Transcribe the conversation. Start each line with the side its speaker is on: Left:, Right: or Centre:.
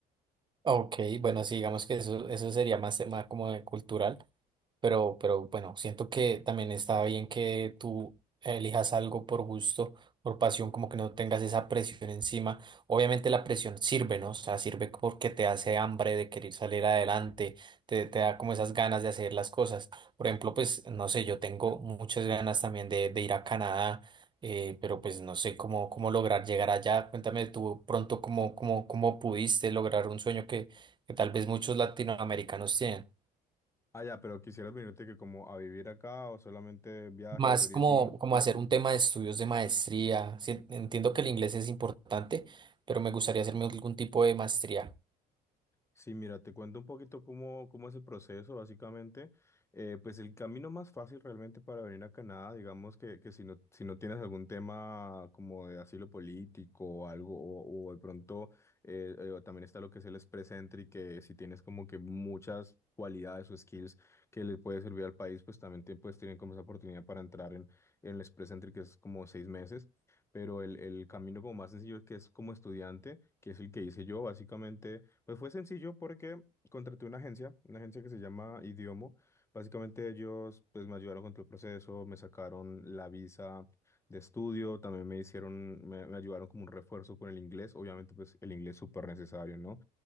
Right: Ok, bueno, sí, digamos que eso, eso sería más tema como de cultural. Pero, pero bueno, siento que también está bien que tú elijas algo por gusto, por pasión, como que no tengas esa presión encima. Obviamente la presión sirve, ¿no? O sea, sirve porque te hace hambre de querer salir adelante, te, te da como esas ganas de hacer las cosas. Por ejemplo, pues, no sé, yo tengo muchas ganas también de, de ir a Canadá, eh, pero pues no sé cómo, cómo lograr llegar allá. Cuéntame tú pronto cómo, cómo, cómo pudiste lograr un sueño que, que tal vez muchos latinoamericanos tienen.
Left: Ah, ya, pero quisieras venirte que como a vivir acá o solamente viaje,
Right: Más
Left: turismo.
Right: como, como hacer un tema de estudios de maestría. Sí, entiendo que el inglés es importante, pero me gustaría hacerme algún tipo de maestría.
Left: Sí, mira, te cuento un poquito cómo, cómo es el proceso, básicamente. Eh, pues el camino más fácil realmente para venir a Canadá, digamos que, que si no, si no tienes algún tema como de asilo político o algo, o, o de pronto eh, eh, o también está lo que es el Express Entry, que si tienes como que muchas cualidades o skills que le puede servir al país, pues también te- pues, tienen como esa oportunidad para entrar en, en el Express Entry, que es como seis meses. Pero el, el camino como más sencillo, que es como estudiante, que es el que hice yo, básicamente. Pues fue sencillo porque contraté una agencia, una agencia que se llama Idiomo. Básicamente ellos pues me ayudaron con todo el proceso, me sacaron la visa de estudio, también me hicieron, me, me ayudaron como un refuerzo con el inglés, obviamente pues el inglés es súper necesario, ¿no?